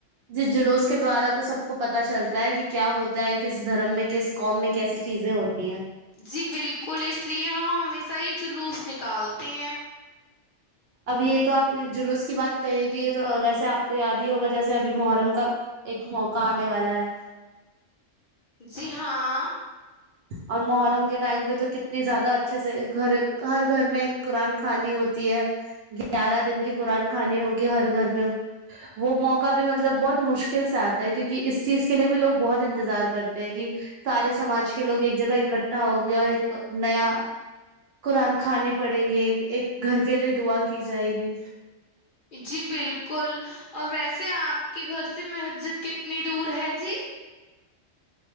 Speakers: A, on the right; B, on the left.
A: جس جلوس کے دوارا تو سب کو پتہ چلتا ہے کہ کیا ہوتا ہے کس دھرم میں کس قوم میں کیسی چیزیں ہوتی ہیں
B: جی بالکل اس لیے ہم ہمیشہ ہی جلوس نکالتے ہیں
A: اب یہ تو آپ نے جلوس کی بات کہ ہی دی ہے تو ویسے آپ کو یاد ہی ہوگا جیسے ابھی محرم کا ایک موقع آنے والا ہے
B: جی ہاں
A: اور محرم کے ٹائم پہ تو کتنی زیادہ اچھے سے گھر ہر گھر میں قرآن کانی ہوتی ہے گیارہ دن کی قرآن خانی ہوگی ہر گھر میں وہ موقع بھی مطلب بہت مشکل سے آتا ہے کیونکہ اس چیز کے لیے بھی لوگ بہت انتظار کرتے ہیں کہ سارے سماج کے لوگ ایک جگہ اکٹھا ہو گے اور ایک نیا قرآن خانی پڑھیں گے ایک گھر کے کےلے دعا کی جائے گی
B: جی بالکل اور ویسے آپ کے گھر سے مسجد کتنی دور ہے جی